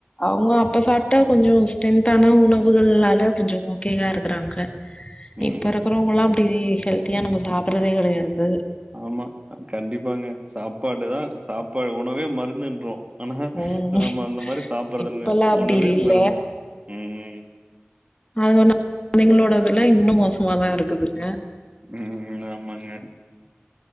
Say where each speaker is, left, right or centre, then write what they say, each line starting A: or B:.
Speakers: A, on the left; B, on the right.
A: அவுங்க அப்ப சாப்ட்டா கொஞ்சோ ஸ்ட்ரென்த்தான உணவுகள்னால கொஞ்சோ ஓகேயா இருக்கறாங்க
B: ம்
A: இப்ப இருக்கறவங்கல்லா அப்டி ஹெல்த்தியா நம்ம சாப்பட்றதே கெடையாது
B: ஆமா அ கண்டிப்பாங்க சாப்பாடு தா சாப்பாடு உணவே மருந்துன்றோ ஆனா
A: ம்.
B: நம்ம அந்த மாரி சாப்பட்றதுங்க
A: இப்பல்லாம் அப்டி
B: உணவே
A: இல்ல.
B: மருந்து ம்
A: அது உன்னு கொழந்தைங்களோடதுலா இன்னு மோசமா தா இருக்குதுங்க
B: ம் ஆமாங்க